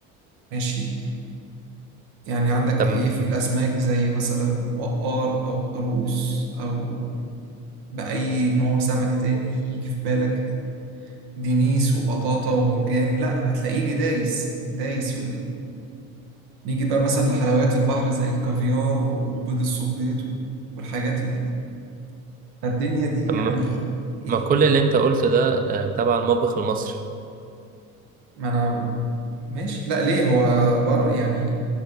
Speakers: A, on the right; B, on the right.
A: ماشي يعني عندك
B: طب
A: إيه في الأسماك زي مثلا وقار أو قاروص أو بأي نوع سمك تاني يجي في بالك دينيس وبطاطا ومرجان لا هتلاقيني دايس دايس في نيجي بقى مثلا لحلويات البحر زي الكافيار و- وبيض الصبيط و- والحاجات ال- فالدنيا دي
B: طب
A: يعني
B: ما
A: إيه
B: ما كل اللي انت قلته ده آه، تبع المطبخ المصري
A: ما أنا ماشي لا ليه هو بر يعني